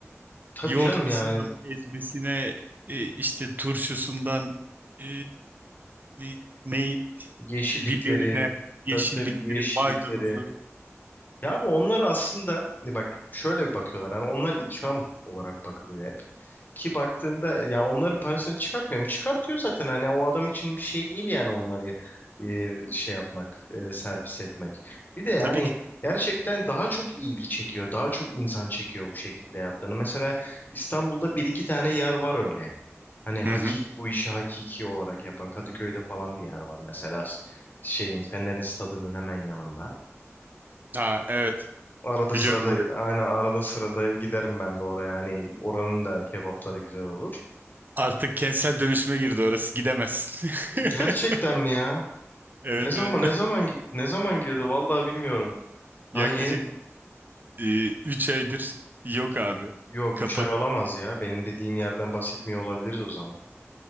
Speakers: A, on the left; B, on the right.
A: Tabii
B: Yoğurtlusundan
A: canım yani
B: ezmesine e, işte turşusundan e, e, ney
A: Yeşillikleri.
B: biberine yeşillikleri
A: Tabii tabii yeşillikleri.
B: maydanozu.
A: Ya abi onlar aslında ne bak şöyle bir bakıyorlar. Yani onlar ikram olarak bakılıyor hep. Ki baktığında ya onların parasını çıkartmıyor mu? Çıkartıyor zaten hani o adam için bir şey değil yani onları e, şey yapmak, e, servis etmek. Bir de
B: E,
A: yani
B: Tabii ki.
A: gerçekten daha çok ilgi çekiyor. Daha çok insan çekiyor bu şekilde yaptığını. Mesela İstanbul'da bir iki tane yer var öyle. Hani hakik
B: Hı hı.
A: bu işi hakiki olarak yapan Kadıköy'de falan bir yer var mesela şeyin Fener'in stadının hemen yanında.
B: Ha, evet
A: Arada
B: biliyorum
A: sırada
B: orayı.
A: aynen arada sırada giderim ben de oraya. Hani oranın da kebapları güzel olur.
B: Artık kentsel dönüşüme girdi orası gidemezsin. <laughs>
A: Gerçekten mi ya?
B: Evet
A: Ne zaman
B: evet.
A: ne zaman git ne zaman girdi vallahi bilmiyorum. Daha
B: Yaklaşık
A: yeni
B: e, 3 aydır yok abi.
A: yok
B: Kapalı.
A: 3 ay olamaz ya. Benim dediğim yerden bahsetmiyor olabiliriz o zaman.